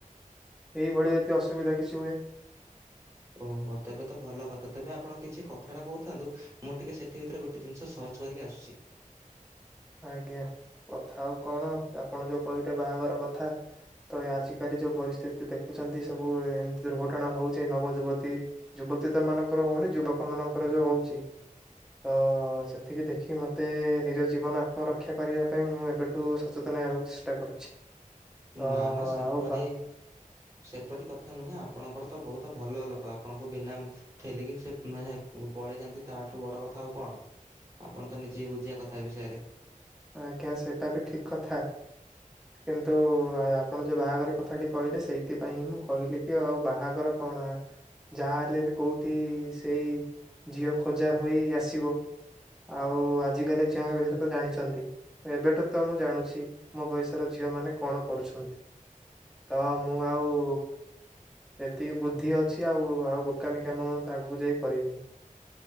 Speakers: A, in the centre; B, on the right.
A: ଏଇଭଳି ଏତେ ଅସୁବିଧା କିଛି ହୁଏ।
B: ଓହୋ ତେବେ ତ ଭଲ କଥା ତେବେ ଆପଣ କିଛି କ କଥାଟା କହୁଥାନ୍ତୁ ମୁଁ ଟିକିଏ ସେଥିି ଭିତରେ ଗୋଟଏ ଜିନିଷ ସର୍ଚ କରିକି ଆସୁଛି।
A: ଆଜ୍ଞା କଥା ଆଉ କଣ ଆପଣ ଯୋଉ କହିଲେ ବାହାଘର କଥା ତ ଆଜିକାଲି ଯୋଉ ପରିସ୍ଥିତି ଦେଖୁଛନ୍ତି ସବୁ ଏମିତି ଦୁର୍ଘଟଣା ହଉଛି ନବ ଯୁବତୀ ଯୁବତୀ ତ ମାନଙ୍କର ହଉନି ଯୁବକ ମାନଙ୍କର ଯୋଉ ହଉଛି ତ ସେଥିକି ଦେଖି ମତେ ନିଜ ଜୀବନ ପରକ୍ଷା କରିବା ପାଇଁ ମୁଁ ଏବେଠୁ ସଚେତନ ହେବାକୁ ଚେଷ୍ଟା କରୁଛି। ତ
B: ନା ନା ସେପରି
A: ଆଉ ବା
B: ସେପରି କଥା ନୁହେଁ ଆପଣଙ୍କର ତ ବହୁତୁ ଭଲ ଲୋକ ଆପଣଙ୍କୁ ବିନା ଠେଲିକି ସେ ମାନେ ପଳେଇଚନ୍ତି ତାଠାରୁ ବଡ କଥା ଆଉ କଣ ଆପଣ ତ କିଛି ବୁଝିିବା କଥା ବିଷୟରେ।
A: ଆଜ୍ଞା ସେଇଟା ବି ଠିକ୍ କଥା। କିନ୍ତୁ ଆପଣ ଯୋଉ ବାହାଘର କଥାଟି କହିଲେ ସେଇଥିପାଇଁ ହିଁ ମୁଁ କହିଲି କି ଆଉ ବାହାଘର କଣ ଯାହାହେଲେ ବି କେଉଠି ସେଇ ଝିଅ ଖୋଜା ହୋଇ ଆସିବ। ଆଉ ଆଜିକାଲି ଝିଅଙ୍କ ବିଷୟରେ ତ ଜାଣିଛନ୍ତି ଏବେଠୁ ତ ମୁଁ ଜାଣୁଛି ମୋ ବୟସ ର ଝିଅ ମାନେ କଣ କରୁଛନ୍ତି ତ ମୁଁ ଆଉ ଏତିକି ବୁଦ୍ଧି ଅଛି ଆଉ ଆଉ ବୋକାମି କାମ ମୁଁ ତ ଆଗକୁ ଯାଇ କରିବିନି।